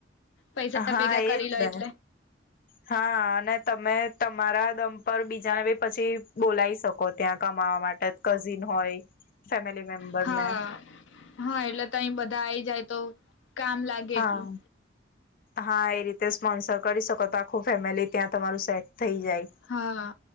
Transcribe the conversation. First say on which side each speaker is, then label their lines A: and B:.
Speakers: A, on the left (about 85°); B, on the left (about 50°).
A: પૈસા ના
B: હા
A: ભેગા કરી
B: એજ ને
A: લ
B: હા અને તમે તમારા દમ પર બીજાનેી પછી બોલાવી શકો ત્યાં કમાવા માટે કઝિન હોય ફેમિલી મેમ્બરને
A: હા હા એટલે તઈ બધા આઈ જાય તો કામ લાગે
B: હા
A: એટલું
B: હા એ રીતે સ્પોન્સર કરી શકો તો આખું ફેમિલી ત્યાં તમારું સેટ થઈ જાય
A: હા